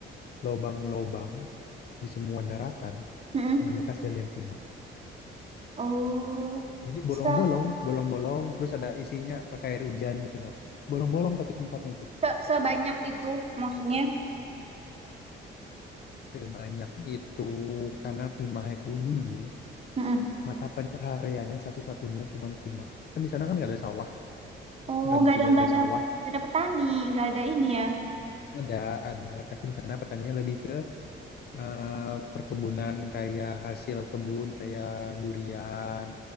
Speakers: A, on the left; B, on the right.
A: lobang-lobang di semua daratan
B: Mm-mm.
A: yang bekas galian timah.
B: Oh,
A: Jadi
B: so,
A: bolong-bolong, bolong-bolong, terus ada isinya pakai air hujan gitu loh. Bolong-bolong tapi tempatnya itu.
B: Se- sebanyak itu maksudnya.
A: Sebanyak itu karena timah itu dulu
B: Mm-mm.
A: mata pencahariannya satu-satunya cuman timah. Kan di sana kan nggak ada sawah,
B: Oh,
A: nggak
B: nggak
A: mungkin
B: ada nggak
A: ada
B: ada
A: sawah.
B: nggak ada petani, nggak ada ini ya.
A: Ada, ada, tapi di sana petaninya lebih ke eh, perkebunan kayak hasil kebun kayak durian,